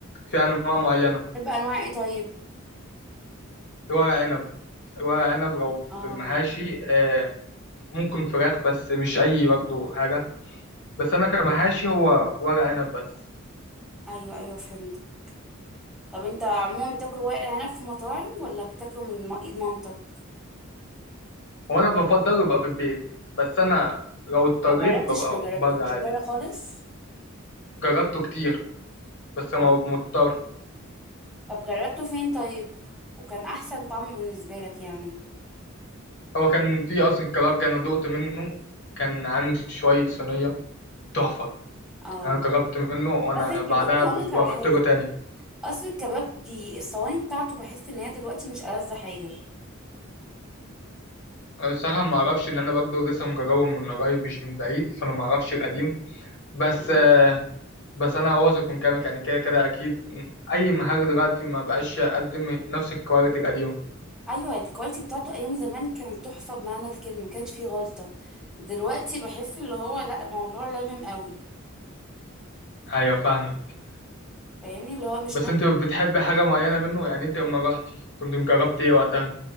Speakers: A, on the left (about 55°); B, in the centre.
A: في انواع معينة
B: بتحب انواع ايه طيب
A: الورق عنب الورق عنب لو
B: اه
A: في المحاشي آه، ممكن فراخ بس مش اي برضه حاجه بس انا كمحاشي هو ورق عنب بس
B: ايوه ايوه فهمتك طب انت عموما بتاكل ورق العنب في مطاعم ولا بتاكله من م- ايد مامتك
A: هو انا بفضل يبقى في البيت بس انا لو اضطريت
B: ما جربتش
A: ببقى
B: ما جربتوش
A: بره عادي
B: بره خالص
A: جربته كتير بس ما
B: أيوه.
A: ببقى مضطر
B: طب جربته فين طيب وكان احسن طعم بالنسبه لك يعني
A: هو كان في قصر الكبابجي انا دقت منه كان عامل شويه صينيه تحفه
B: اه
A: انا جربت منه وانا
B: بس الكباب
A: بعدها
B: هقول
A: باسبوع
B: لك على
A: رحت
B: حاجه
A: له تاني
B: اصل الكباب دي الصواني بتاعته بحس ان هي دلوقتي مش ألذ حاجه
A: الصراحه ما اعرفش ان انا برضه لسه مجربه من قريب مش من بعيد فانا ما اعرفش القديم بس
B: اه
A: بس انا واثق من كلامك يعني كده كده اكيد اي مهاجر دلوقتي ما بقاش يقدم نفس الكواليتي القديمه
B: ايوه الكواليتي بتاعته ايام زمان كانت تحفه بمعنى الكلمه ما كانش فيه غلطه دلوقتي بحس اللي هو لا الموضوع لامم قوي
A: ايوه فاهمك
B: فاهمني اللي هو مش
A: بس
B: نفس
A: انت بتحب حاجه معينه منه يعني انت لما رحتي كنت مجربت ايه وقتها